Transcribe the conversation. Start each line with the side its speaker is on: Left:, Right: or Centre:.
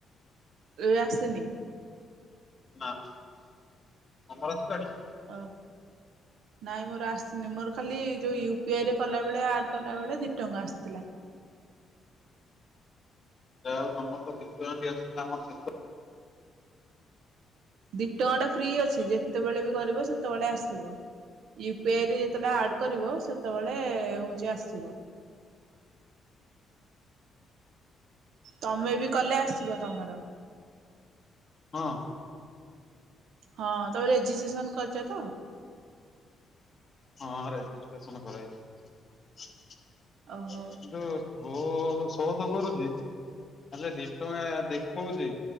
Right: ଏ ଆସିନି।
Left: ନା ତମର ଆସିଲାଡି।
Right: ଆଉ ନାଇଁ ମୋର ଆସିନି ମୋର ଖାଲି ଯୋଉ ୟୁ ପି ଆଇ ରେ କଲାବେଳେ ଆଡ଼ କଲାବେଳେ ଦି ଟଙ୍କା ଆସିଥିଲା।
Left: ଯାହୋଉ ତମର ତ ଦି ଟଙ୍କା ବି ଆସିଥିଲା ଆମର ସେଶ
Right: ଦିଟଙ୍କା ଟା ଫ୍ରି ଅଛି ଯେତେବେଳେ ବି କରିବ ସେତେବେଳେ ଆସିବ। ୟୁ ପି ଆଇରେ ଯେତେବେଳେ ଆଡ କରିବ ସେତେବେଳେ ହଉଛି ଆସିବ। ତମେ ବି କଲେ ଆସିବ ତମର?
Left: ହଁ।
Right: ହଁ ତମେ ରେଜିଷ୍ଟେସନ କରିଚ ତ?
Left: ହଁ ରେଜିଷ୍ଟେସନ କରାହେଇଚି।
Right: ଓହୋ
Left: ଯୋଉ ଶୋ ଶୋତ କରୁଚି। ହେଲେ ଦି ଟଙ୍କା ଦେଖଉଛି